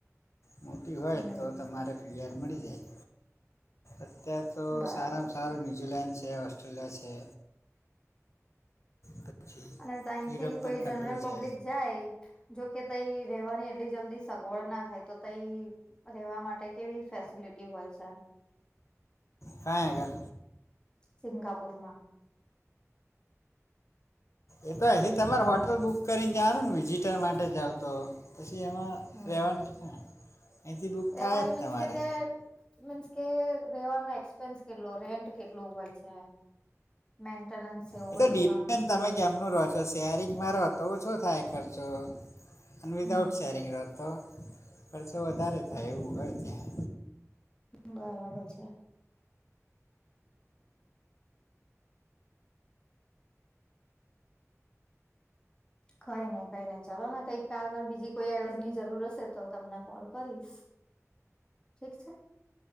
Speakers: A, on the left; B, on the left.
A: મોટી હોય
B: હમ
A: તો તમારે પીઆર મળી જાય અત્યાર તો
B: બરાબર
A: સારામાં સારું
B: છે
A: ન્યુઝીલેન્ડ છે ઓસ્ટ્રેલિયા છે. પછી
B: અને તઇથી
A: યુરોપિયન
B: કોઈ જનરલ
A: કન્ટ્રી
B: પબ્લિક
A: છે
B: જાય જોકે તઈ રેવાની એટલી જલ્દી સગવડ ના થાય તો તઈ રેવા માટે કેવી ફેસિલિટી હોય છે?
A: કંઈ આગળ
B: સિંગાપુર માં
A: એ તો એહી તમારે હોટલ બુક કરીને જવાનું ને વિઝિટર માટે જાઓ તો પછી એમાં
B: હમ
A: રહેવાનું અહીંથી બુક
B: રહેવાની
A: થાય જ
B: મીન્સ
A: તમારે
B: કે તે મીન્સ કે રેવાનો એક્સપેન્સ કેટલો રેન્ટ કેટલું હોય છે? મેન્ટેનન્સ એવું
A: એ
B: બધું
A: તો ડિપેન્ડ
B: આમ
A: તમે કેમનું રહો છો સે શેરિંગ મારો તો ઓછો થાય ખર્ચો અને વિદાઉટ
B: હમ
A: શેરિંગ રહો તો ખર્ચો વધારે થાય એવું હોય ત્યાં
B: બરાબર છે. કંઈ નઈ, કંઈ નઈ, ચલો ને કંઈ તા આગળ બીજી કોઈ એડવાઈસ ની જરૂર હશે તો હું તમને કોલ કરીશ ઠીક છે